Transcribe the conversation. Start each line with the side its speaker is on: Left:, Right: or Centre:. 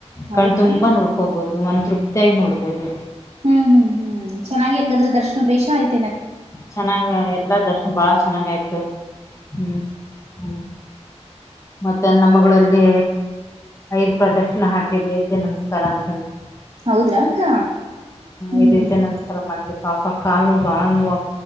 Right: ಹೌದ್ರಾ
Left: ಕಣ್ ತುಂಬಾ
Right: ಹ್ಮ್
Left: ನೋಡ್ಕೋಬಹದು ಒಂದ ತೃಪ್ತಿಯಾಗಿ ನೋಡ್ಬೋದು
Right: ಹ್ಮ್ ಹ್ಮ್ ಹ್ಮ್ ಚೆನ್ನಾಗಿ ಹೆಂಗಾದ್ರೆ ದರ್ಶನ ಬೇಷ ಆಯ್ತು
Left: ಚೆನ್ನಾಗ ಎಲ್ಲಾ ದರ್ಶನ ಬಾಳ ಚೆನ್ನಾಗಯ್ತು ಹ್ಮ್ ಹ್ಮ್ ಮತ್ತೆ ನಮ್ಮಗಳಲ್ಲಿ ಐದ್ ಪ್ರದರ್ಶನ ಹಾಕಿದ್ವಿ ಎಜಜೆ ನಮಸ್ಕಾರ ಅಂತಂದರು
Right: ಹೌದ್ರಾ ಅಕ್ಕ ಹ್ಮ್
Left: ಐದ್ ಹೆಜ್ಜೆ ನಮಸ್ಕಾರ ಮಾಡಿದ್ವಿ ಪಾಪ ಕಾಲು ಬಾಳ ನೋವ